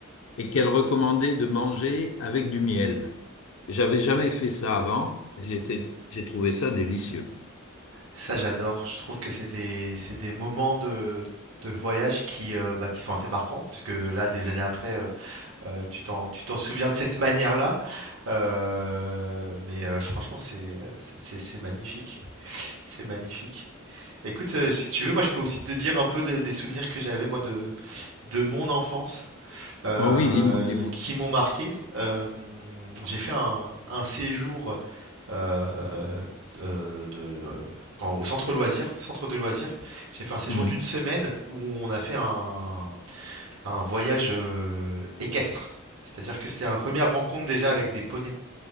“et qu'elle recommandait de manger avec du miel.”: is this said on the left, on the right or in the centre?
Left